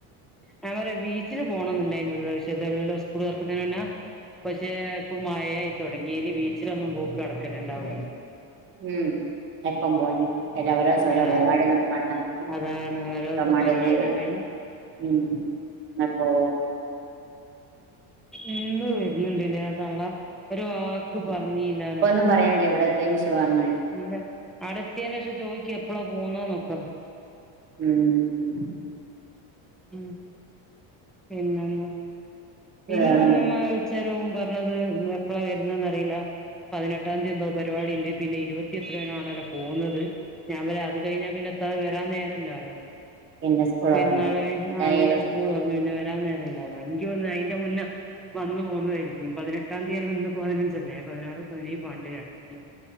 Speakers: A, in the centre; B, on the right.
A: ഞാ പറയാ ബീച്ചില് പോണം എന്നുണ്ടായിന് <unintelligible> സ്കൂൾ തുറക്കുന്നതിന് മുന്നെ പക്ഷേ ഇപ്പൊ മഴായി തുടങ്ങി ഇനി ബീച്ചിലൊന്നും പോക്ക് നടക്കല്ണ്ടാവൂല
B: ഉം എപ്പം പോവാന് എല്ല ഓരോസോം ഓരോ
A: അതാണ്
B: പരിപാടിന്നർട്ട് <unintelligible>
A: അതാണ് ഓരോത്ത
B: പോകേണ്ടി
A: പരിപാടിയായി
B: തീര മ് അപ്പൊ
A: ഇന്ന് വെര്ന്ന്ണ്ട്ല്ലേ ആ തള്ള ഒര് വാക്ക് പറഞ്ഞില്ലാലൊ
B: ന്നും പറയേണ്ടേവിടെ <unintelligible>
A: ഇല്ല അടെ എത്യേനേഷം ചോയ്ക് എപ്പളാ പോവ്ന്നേന്നൊക്കെ
B: മ് മ്
A: മ് പിന്നെന്നാ പിന്നെ
B: വേറെന്താ
A: ഉമ്മ തരോം പറ്ഞ്ഞത് എപ്പളാ വെരുന്നേന്നറീല്ല പതിനെട്ടാംതീ എന്തോ പര്പാടിണ്ട് പിന്നെ ഇരുപത്തി എത്രേയോ <unintelligible> പോന്നത് ഞാ പിന്നെ അത് കയ്ഞ്ഞാ പിന്നെത്താൻ വെരാം നേരല്ലാലോ
B: പിന്നെ സ്കൂൾ
A: പെരുന്നാളയിഞ്ഞ
B: തുറന്നില്ലേ എന്തായാലും
A: പിന്നെ സ്കൂളൊറ് പിന്നെ വെരാം നേരല്ലാലൊ <unintelligible> അയിന്റെ മുന്നെ വന്നു പോക്ന്നതായിരിക്കും പതിനെട്ടാം തീയതി വന്ന് പതിനഞ്ചല്ലേ പതിനാറ് പതിനേയ് പതിനെട്ട്ലെ ഇയോ...